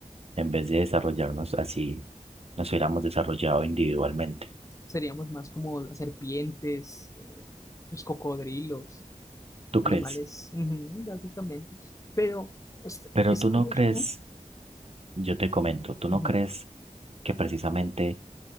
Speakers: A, on the right; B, on the left.
A: en vez de desarrollarnos así, nos hubiéramos desarrollado individualmente?
B: Seríamos más como las serpientes, eh, los cocodrilos,
A: ¿Tú crees?
B: animales, ujú, básicamente. Pero pues,
A: Pero
B: es
A: tú
B: curioso,
A: no crees
B: ¿no?
A: Yo te comento, ¿tú no
B: Ujú.
A: crees que precisamente